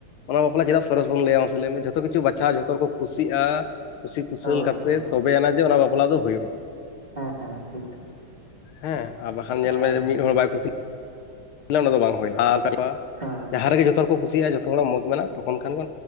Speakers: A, on the left (about 85°); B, on the right (about 25°).
A: ᱚᱱᱟ ᱵᱟᱯᱞᱟ ᱪᱮᱫᱟᱜ ᱥᱚᱨᱮᱥ ᱵᱚᱱ ᱞᱟᱹᱭᱟ ᱢᱟᱥᱮ ᱞᱟᱹᱭ ᱢᱮ ᱡᱚᱛᱚ ᱠᱤᱪᱷᱩ ᱵᱟᱪᱷᱟᱣ ᱡᱷᱚᱛᱚ ᱦᱚᱲᱠᱚ ᱠᱩᱥᱤᱜᱼᱟ ᱠᱩᱥᱤ ᱠᱩᱥᱟᱹᱞ
B: ᱦᱳᱭ
A: ᱠᱟᱛᱮ
B: ᱦᱳᱭ
A: ᱛᱚᱵᱮᱭᱱᱟ ᱡᱮ ᱚᱱᱟ ᱵᱟᱯᱞᱟ ᱫᱚ ᱦᱩᱭᱩᱜᱼᱟ᱾
B: ᱦᱮᱸ ᱴᱷᱤᱠ ᱴᱷᱤᱠ ᱴᱷᱤᱠ
A: ᱦᱮᱸ ᱟᱨ ᱵᱟᱠᱷᱟᱱ ᱧᱮᱞ
B: ᱦᱮᱸ
A: ᱢᱮ ᱢᱤᱫ ᱦᱚᱲ ᱵᱟᱭ ᱠᱩᱥᱤᱼᱟ ᱚᱱᱟ ᱫᱚ ᱵᱟᱝ ᱦᱩᱭᱱᱟ <unintelligible>
B: ᱦᱮᱸ
A: ᱡᱟᱦᱟᱸ ᱨᱮᱜᱮ ᱡᱚᱛᱚ ᱦᱚᱲ ᱠᱚ ᱠᱩᱥᱤᱜᱼᱟ ᱡᱚᱛᱚ ᱦᱚᱲᱟᱜ ᱢᱚᱛ ᱢᱮᱱᱟᱜᱼᱟ ᱛᱚᱠᱷᱚᱱ ᱠᱷᱟᱱ ᱜᱮ